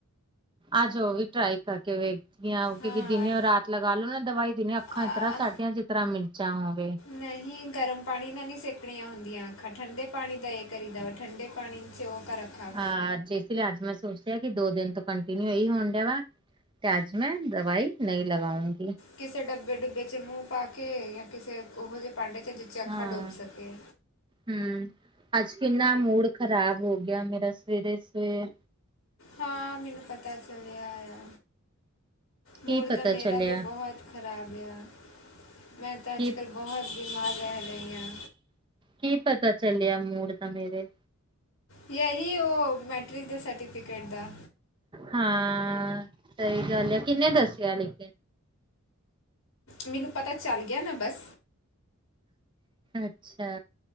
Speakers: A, on the right; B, on the left.
A: ਅਜ ਉਹ ਵੀ ਟਰਾਈ ਕਰਕੇ ਵੇਖ। ਉ
B: ਹਾਂ
A: ਦਿਨ ਰਾਤ ਲਗਾ ਲੋ ਨਾ ਦਵਾਈ ਦਿਨ ਅੱਖਾਂ
B: ਆ,
A: ਇਸ ਤਰ੍ਹਾਂ ਸਾਡੀਆਂ ਜਿਸ ਤਰ੍ਹਾਂ ਮਿਰਚਾਂ ਹੋਵੇ।
B: ਨਹੀਂ ਗਰਮ ਪਾਣੀ ਨਾਲ ਨਹੀਂ ਸੇਕਣੀਆਂ ਹੁੰਦੀਆਂ ਅਖਾ ਠੰਡੇ ਪਾਣੀ ਦਾ ਕਰੀ ਦਾਵਾ ਠੰਡੇ ਪਾਣੀ 'ਚ ਉਹਕਰ ਅਖਾਂ।
A: ਹਾਂ ਠੀਕ। ਅੱਜ ਮੈਂ ਸੋਚਿਆ ਕਿ ਦੋ ਦਿਨ ਤੋਂ ਕੰਟੀਨਿਊ ਇਹੀ ਹੋਣ ਡ ਵਾ। ਤੇ ਅੱਜ ਮੈਂ ਦਵਾਈ ਨਹੀਂ ਲਗਾਉਂਗੀ।
B: ਕਿਸੇ ਡੱਬੇ ਡੁੱਬੇ ਚ ਮੂੰਹ ਪਾ ਕੇ ਜਾਂ ਕਿਸੇ ਉਹੋ ਜਿਹੇ ਭਾਂਡੇ ਚ ਜਿੱਚ ਅੱਖਾਂ
A: ਹਾਂ।
B: ਡੁੱਬ ਸਕੇ
A: ਹਮ ਅੱਜ ਕਿੰਨਾ ਮੂਡ ਖ਼ਰਾਬ ਹੋ ਗਿਆ ਮੇਰਾ ਸਵੇਰੇ ਸਵੇ
B: ਹਾਂ ਮੈਨੂੰ ਪਤਾ ਚਲਿਆ ਆ
A: ਕੀ
B: ਮੂੜ
A: ਪਤਾ
B: ਤਾਂ ਮੇਰਾ
A: ਚੱਲਿਆ
B: ਵੀ ਬਹੁਤ ਖ਼ਰਾਬ ਗਿਆ ਮੈਂ ਤਾਂ
A: ਕੀ
B: ਅਜ ਕੱਲ੍ਹ ਬਹੁਤ ਬਿਮਾਰ ਰਹਿ ਰਹੀ ਹਾਂ।
A: ਕੀ ਪਤਾ ਚੱਲਿਆ ਮੂਡ ਦਾ ਮੇਰੇ।
B: ਇਹੀ ਉਹ ਮੈਟ੍ਰਿਕ ਦੇ ਸਰਟੀਫਿਕੇਟ ਦਾ
A: ਹਾਂ ਸਹੀ ਗੱਲ ਆ ਕਿੰਨੇ ਦੱਸਿਆ ਲੇਕਿਨ
B: ਮੈਨੂੰ ਪਤਾ ਚੱਲ ਗਿਆ ਨਾ ਬਸ।
A: ਅੱਛਾ।